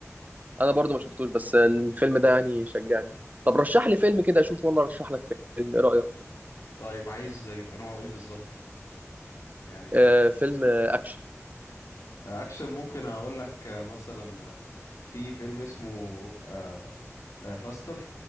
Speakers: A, on the right; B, on the left.
A: انا برضو ما شفتوش بس الفيلم ده يعني شجعني طب رشح لي فيلم كده اشوف وانا ارشح لك فيلم ايه رأيك؟
B: طيب عايز يبقى نوعه ايه بالظبط يعني
A: آه فيلم آه، اكشن
B: آه، اكشن ممكن اقول لك آه، مثلا آه، في فيلم اسمه آه، آه، فاستر